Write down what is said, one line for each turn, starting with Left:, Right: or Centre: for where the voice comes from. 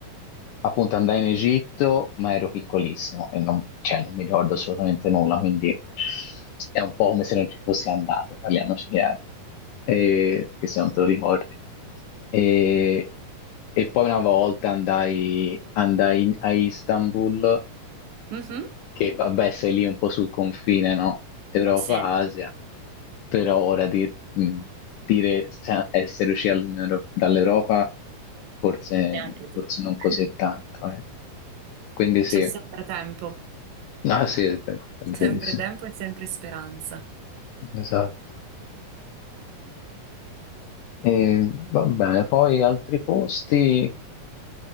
Left: appunto andai in Egitto, ma ero piccolissimo e non, cioè, non mi ricordo assolutamente nulla, quindi è un po' come se non ci fossi andato, parliamoci chiaro, e, che se non te lo ricordi. E, e poi una volta andai, andai in- a Istanbul,
Right: Mhm.
Left: che vabbè, sei lì un po' sul confine, no? Europa-Asia,
Right: Sì, e
Left: però ora di- mh, dire se- essere usciti dall'Unione Euro- dall'Europa forse,
Right: anche tu.
Left: forse non così
Right: <laughs>
Left: tanto. eh. Quindi sì,
Right: C'è sempre tempo.
Left: ah sì, è vero, è verissimo.
Right: Sempre tempo e sempre speranza.
Left: Esatto. E, va bene, poi altri posti.